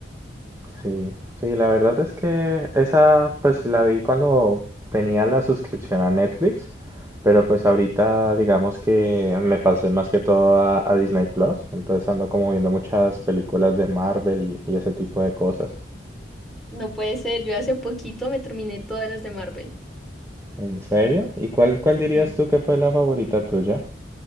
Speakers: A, on the right (about 15°); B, in the centre.
A: Sí, sí, la verdad es que esa pues la vi cuando tenía la suscripción a Netflix, pero pues ahorita digamos que me pasé más que todo a, a Disney Plus, entonces ando como viendo muchas películas de Marvel y, y ese tipo de cosas.
B: No puede ser, yo hace poquito me terminé todas las de Marvel.
A: ¿En serio? ¿Y cuál, cuál dirías
B: Sí.
A: tú que fue la favorita tuya?